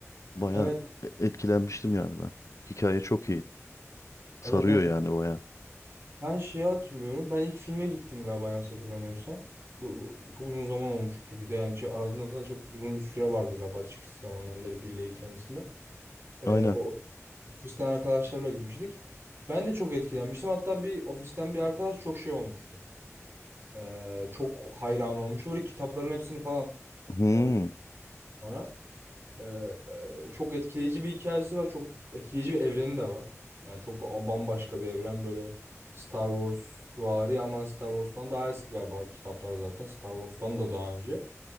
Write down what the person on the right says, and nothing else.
Evet,
evet,
evet.
Ben şeyi hatırlıyorum. Ben ilk filme gittim galiba yanlış hatırlamıyorsam. Bu, bu çok uzun zaman olmuştu bir de yani şey, aralarında da çok uzun bir süre vardı galiba çıkış zamanlarında 1 ile 2 arasında. Ee,
o ofisten arkadaşlarla gitmiştik. Ben de çok etkilenmiştim. Hatta bir ofisten bir arkadaş çok şey olmuştu. Ee, çok hayran olmuştu. Böyle kitapların hepsini falan
e, okudu sonra. Ee, çok etkileyici bir hikayesi var. Çok etkileyici bir evreni de var. Yani çok bambaşka bir evren böyle Star Wars vari ama Star Wars'tan daha eski galiba kitaplar zaten. Star Wars'tan da daha önce.